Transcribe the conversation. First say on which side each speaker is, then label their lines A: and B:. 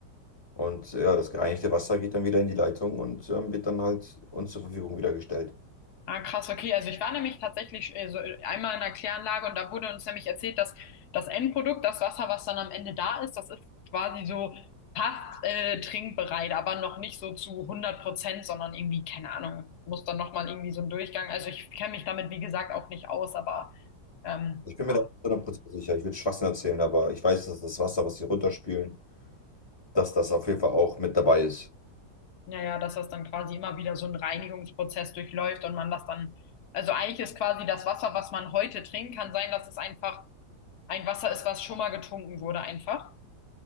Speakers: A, on the left; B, on the left.
A: und ja, das gereinigte Wasser geht dann wieder in die Leitung und ähm, wird dann halt uns zur Verfügung wieder gestellt.
B: Ah, krass, okay. Also ich war nämlich tatsächlich äh, so äh, einmal in einer Kläranlage und da wurde uns nämlich erzählt, dass das Endprodukt, das Wasser, was dann am Ende da ist, das ist quasi so fast äh, trinkbereit, aber noch nicht so zu hundert Prozent, sondern irgendwie, keine Ahnung, muss dann nochmal irgendwie so ein Durchgang. Also ich kenne mich damit, wie gesagt, auch nicht aus, aber ähm,
A: Ich bin mir
B: ja,
A: da 100% sicher, ich würde Schwachsinn erzählen, aber ich weiß, dass das Wasser, was sie runterspülen, dass das auf jeden Fall auch mit dabei ist.
B: ja, ja, dass das dann quasi immer wieder so ein Reinigungsprozess durchläuft und man das dann, also eigentlich ist quasi das Wasser, was man heute trinkt, kann sein, dass es einfach ein Wasser ist, was schon mal getrunken wurde, einfach.